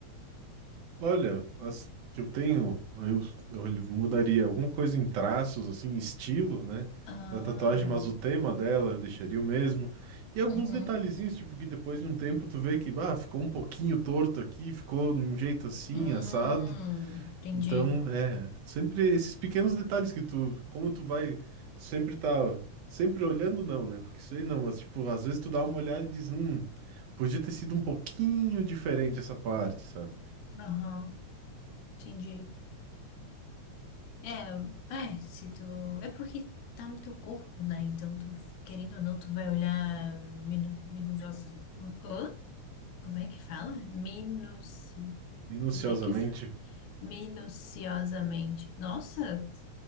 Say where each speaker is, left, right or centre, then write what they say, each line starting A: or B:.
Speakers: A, on the right; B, on the left.
A: Olha, as que eu tenho, eu, eu mudaria alguma coisa em traços, assim, estilo, né?
B: Ah.
A: Da tatuagem, mas o tema dela eu deixaria o mesmo. E alguns
B: Uhum.
A: detalhezinhos, tipo, que depois de um tempo tu vê que, ah, ficou um pouquinho torto aqui, ficou de um jeito assim,
B: Hum,
A: assado.
B: entendi.
A: Então, é, sempre esses pequenos detalhes que tu, como tu vai, tu sempre tá, sempre olhando, não, né? Porque isso aí não, mas, tipo, às vezes tu dá uma olhada e diz, hum, podia ter sido um pouquinho diferente essa parte, sabe?
B: Aham, entendi. É, é, se tu. É porque tá no teu corpo, né? Então, tu, querendo ou não, tu vai olhar minu, minucioso. Hã? Como é que fala? Minuci.
A: Minuciosamente
B: Como é que fala? Minuciosamente. Nossa,